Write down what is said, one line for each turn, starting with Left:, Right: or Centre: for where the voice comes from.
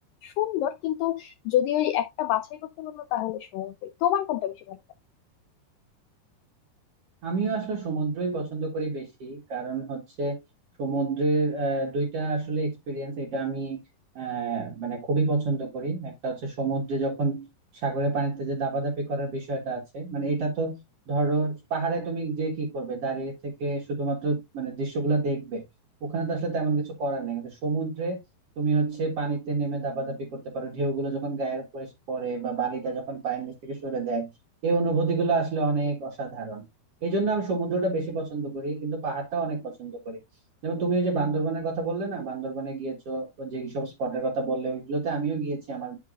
Left: সুন্দর কিন্তু যদি ওই একটা বাছাই করতে বললো তাহলে সময় তোমার কোনটা বেশি ভালো লাগে?
Right: আমিও আসলে সমুদ্রই পছন্দ করি বেশি কারণ হচ্ছে সমুদ্রের আহ, দুইটা আসলে এক্সপিরিয়েন্স এটা আমি আহ, মানে খুবই পছন্দ করি একটা হচ্ছে সমুদ্রে যখন সাগরের পানিতে যে দাপাদাপি করার বিষয়টা আছে মানে এটা তো ধরো পাহাড়ে তুমি যে কি করবে দাঁড়িয়ে থেকে শুধুমাত্র মানে দৃশ্যগুলো দেখবে ওখানে তো আসলে তেমন কিছু করার নেই কিন্তু সমুদ্রে তুমি হচ্ছে পানিতে নেমে দাপাদাপি করতে পারো ঢেউগুলো যখন গায়ের উপরে এসে পড়ে বা বালিটা যখন পায়ের নিচ থেকে সরে যায় এই অনুভূতিগুলো আসলে অনেক অসাধারণ এই জন্য আমি সমুদ্রটা বেশি পছন্দ করি কিন্তু পাহাড়টাও অনেক পছন্দ করি যেমন তুমি ওই যে বান্দরবনের কথা বললে না বান্দরবনে গিয়েছো যে সব স্পটের কথা বললে ওইগুলোতে আমিও গিয়েছি আমার